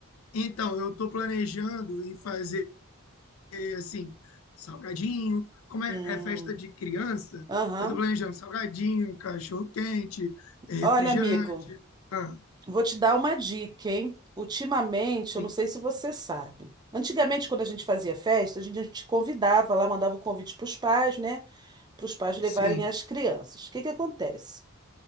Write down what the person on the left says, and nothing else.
então eu estou planejando em fazer assim, salgadinho, como é,
é festa de criança,
eu estou planejando salgadinho, cachorro quente, é refrigerante.
Ah,
sim,
sim,